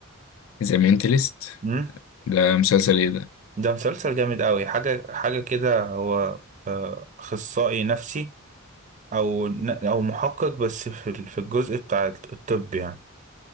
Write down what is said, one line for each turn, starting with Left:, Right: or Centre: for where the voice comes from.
Left: ذا مينتاليست
Right: امم
Left: ده مسلسل إيه ده؟
Right: ده مسلسل جامد قوي حاجه حاجه كده هو اخصائي نفسي او ن- او محقق بس في ال- في الجزء بتاع الطب يعني